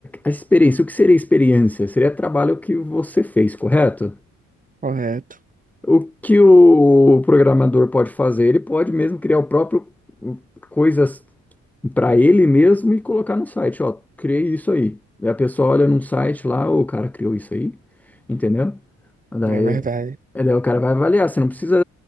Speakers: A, in the centre; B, on the right.
A: a experiência, o que seria experiência? Seria trabalho que você fez, correto?
B: correto,
A: O que o programador pode fazer? Ele pode mesmo criar o próprio hum, coisas para ele mesmo e colocar no site, ó, criei isso aí. Daí a pessoa olha num site lá, "Ô, o cara criou isso aí, entendeu? Daí,
B: é verdade,
A: daí o cara vai avaliar, você não precisa